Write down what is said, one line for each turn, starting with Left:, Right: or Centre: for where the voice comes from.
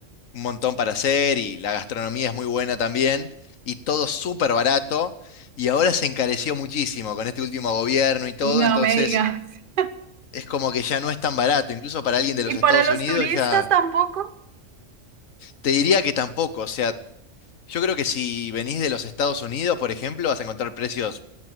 Left: un montón para hacer y la gastronomía es muy buena también y todo súper barato y ahora se encareció muchísimo con este último gobierno y todo,
Right: No
Left: entonces
Right: me digas.
Left: es como que ya no es tan barato, incluso para alguien de
Right: ¿Y
Left: los
Right: para
Left: Estados
Right: los
Left: Unidos
Right: turistas
Left: ya
Right: tampoco?
Left: te diría que tampoco, o sea, yo creo que si venís de los Estados Unidos, por ejemplo, vas a encontrar precios